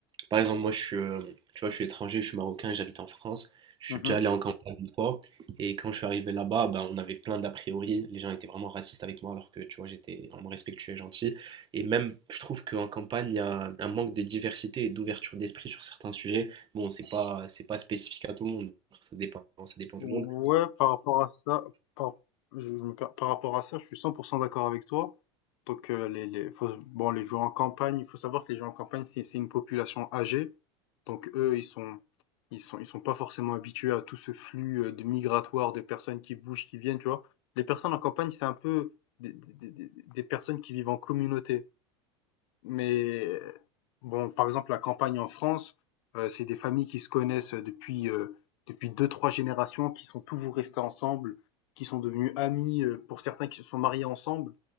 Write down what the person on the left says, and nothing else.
Mmh
Ouais,
par rapport à ça, par je me per par rapport à ça, je suis cent pour 100 d'accord avec toi. Donc, heu, les les faut bon, les gens en campagne, il faut savoir que les gens en campagne, c'est c'est une population âgée. Donc eux, ils sont ils sont ils sont pas forcément habitués à tout ce flux, heu, de migratoire, de personnes qui bougent, qui viennent, tu vois? Les personnes en campagne, c'est un peu des des des des personnes qui vivent en communauté. Mais euh, bon, par exemple, la campagne en France, euh, c'est des familles qui se connaissent depuis euh, depuis deux, trois générations, qui sont toujours restées ensemble, qui sont devenues amies, euh, pour certains qui se sont mariés ensemble,